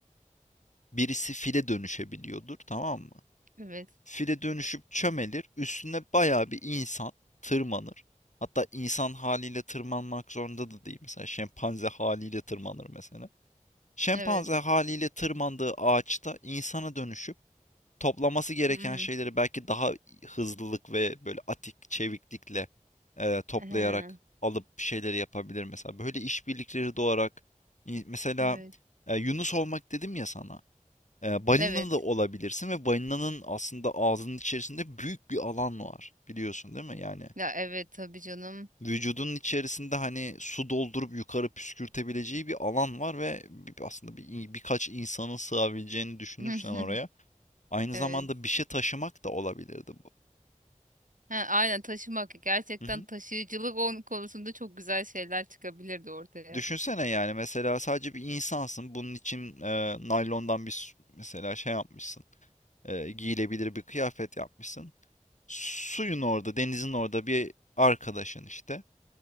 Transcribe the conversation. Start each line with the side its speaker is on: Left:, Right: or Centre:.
Left: birisi file dönüşebiliyordur, tamam mı?
Right: Evet.
Left: File dönüşüp çömelir, üstüne bayağı bir insan tırmanır. Hatta insan haliyle tırmanmak zorunda da değil. Mesela şempanze haliyle tırmanır mesela. Şempanze
Right: Evet.
Left: haliyle tırmandığı ağaçta insana dönüşüp toplaması gereken
Right: Hmm.
Left: şeyleri belki daha hızlılık ve böyle atik, çeviklikle eee, toplayarak
Right: Ehe.
Left: alıp bir şeyleri yapabilir mesela. Böyle işbirlikleri doğarak i- mesela
Right: Evet.
Left: e, Yunus olmak dedim ya sana. E, balina
Right: Evet.
Left: da olabilirsin ve balinanın aslında ağzının içerisinde büyük bir alan var. Biliyorsun değil mi? Yani
Right: Ya evet tabii canım.
Left: vücudunun içerisinde hani su doldurup yukarı püskürtebileceği bir alan var ve bir- aslında bir, birkaç insanın sığabileceğini düşünürsen
Right: <laughs>
Left: oraya Aynı
Right: Evet.
Left: zamanda bir şey taşımak da olabilirdi bu.
Right: Ha, aynen taşımak. Gerçekten
Left: Hı hı.
Right: taşıyıcılık onun konusunda çok güzel şeyler çıkabilirdi ortaya.
Left: Düşünsene yani mesela sadece bir insansın. Bunun için e, naylondan bir s- mesela şey yapmışsın. E, giyilebilir bir kıyafet yapmışsın. Suyun orada, denizin orada bir arkadaşın işte